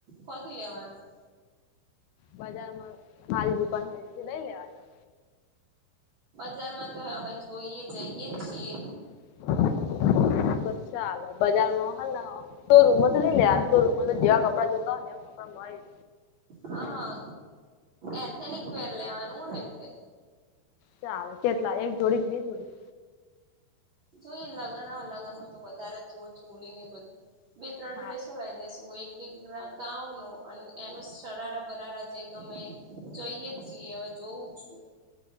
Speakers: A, on the right; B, on the left.
A: કોથી લેવાના
B: બજાર માં સારી દુકાન હોય તે લઈ લેવાના
A: બજાર માં તો હવે જોઈએ જઈએ છીએ.
B: બસ ચાલ બજારમાં હો હ તો રૂમમાંથી નઈ લે તો રૂમમાં તો જેવા કપડા જોતા હોય ને એવા કપડા મળી.
A: હા એથેનિક વર લેવાનું હો ને એટલે
B: ચાલ કેટલા એક જોડી કે બે જોડી
A: જોઈ લગ્ન આવે લગ્નમાં તો વધારે જ જોવ છ ઓલી ને બધું બે ત્રણ
B: હા
A: ડ્રેસો લાવ દેસ તું એક બે ગાં નો અને એનું સરારા બરાારા જે ગમે જોઈએ જ છીએ હવે જોવું છું.